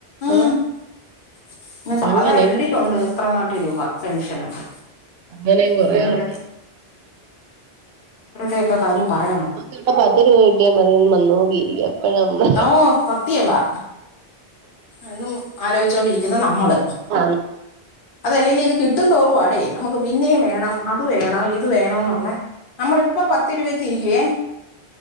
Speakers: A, on the left (about 55°); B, on the right (about 75°).
A: ഇ.
B: ആഹ്
A: - പിനെ സാധാ
B: അങ്ങനെയും
A: എ ൽ ടി ക്കുണ്ട് പത്തങ്ങട്ടി രൂപ പെൻഷനൊക്കെ
B: അങ്ങനെയും കൊറേ
A: പിനിവരൊക്കെ
B: ആൾക്കാര്
A: ഇവരെക്കെ ക്കെ കാര്യം പറയണോ.
B: ഇപ്പ പത്ത് രൂപ കിട്ടിയാ മതി വന്നോ <unintelligible> അപ്പഴ അമ്മ
A: ഓ സത്ത്യവാ എന്നും ആലോഴിച്ചോണ്ടിരിക്കുന്ന നമ്മള്
B: <unintelligible>
A: അത് അല്ലേലെ ലും കിട്ടും തോറും <unintelligible> നമുക്ക് പിന്നേം വേണം അത് വേണം ഇത് വേണോന്നുള്ളെ നമ്മളിപ്പം പത്ത് രൂപക്ക് ഇരിക്ക്യെ